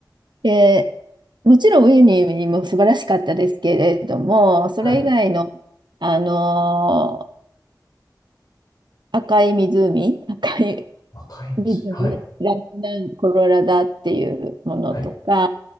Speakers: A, on the right; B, on the left.
A: で、もちろんウユニも素晴らしかったですけれども、それ以外の、
B: はい。
A: あの赤い湖、赤い
B: 赤い湖。
A: 湖、
B: はい。
A: ラグナンコロラダっていうものとか、
B: はい。